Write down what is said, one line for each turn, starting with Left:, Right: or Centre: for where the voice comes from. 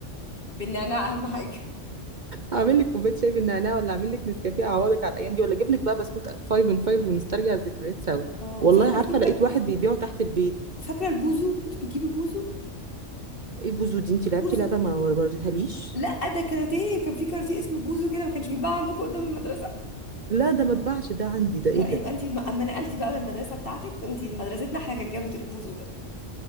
Left: بالنعناع اهم حاجه
Right: اعمل لك كوبايه شاي بالنعناع ولا اعمل لك نسكافيه اعوضك على الايام دي ولا اجيب لك بقى بسكوت 5 ان 5 ونسترجع الذكريات سوا
Left: اه
Right: والله
Left: فاكره
Right: عارفه
Left: الفكره
Right: لقيت واحد بيبيعه تحت البيت
Left: فاكره البوزو كنت بتجيبي بوزو
Right: ايه بوزو دي انت لعبتي
Left: بوزو
Right: لعبه ما ما وريتهاليش
Left: لا ده كاراتيه كان في كاراتيه اسمه بوزو كده ما كانش بيتباع عندكم قدام المدرسه
Right: لا ده ما اتباعش ده عندي ده
Left: لا
Right: ايه
Left: يبقى
Right: ده
Left: انت ما- اما نقلتي بقى من المدرسه بتاعتك انت مدرستنا احنا كانت جابت البوزو ده